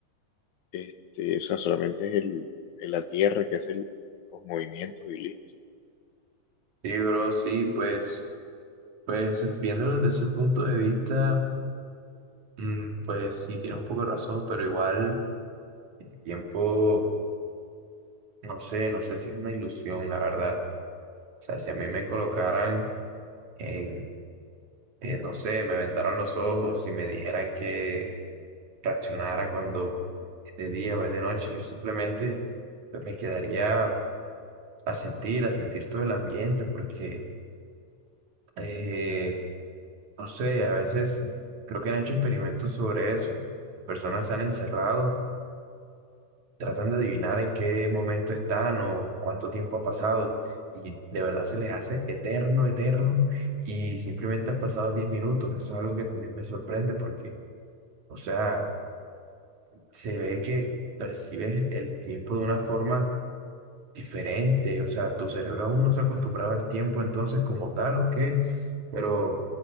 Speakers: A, on the left; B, on the right.
A: este, o sea, solamente es el, el- la Tierra que hace el- los movimientos y listo.
B: Sí, bro, sí, pues, pues viéndolo desde ese punto de vista, mm, pues sí, tienes un poco de razón, pero igual el tiempo, no sé, no sé si es una ilusión, la verdad. O sea, si a mí me colocaran en, eh, no sé, me vendaran los ojos y me dijeran que reaccionara cuando es de día o es de noche, yo simplemente pues, me quedaría a sentir, a sentir todo el ambiente, porque, eh, no sé, a veces creo que han hecho experimentos sobre eso. Personas se han encerrado tratan de adivinar en qué momento están o cuánto tiempo ha pasado y de verdad se les hace eterno, eterno y simplemente han pasado 10 minutos. Eso es algo que también me sorprende porque, o sea, se ve que percibes el tiempo de una forma diferente, o sea, tu cerebro aún no se acostumbraba al tiempo entonces como tal o qué, pero